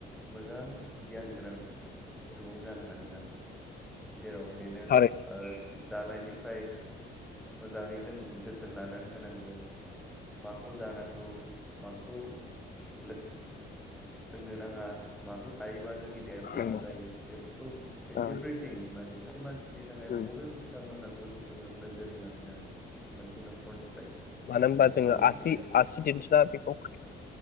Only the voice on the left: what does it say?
थारै
नंगौ
ओ
उम
मानो होनबा
जोङो आसि
आसि दिन्थिना बेखौ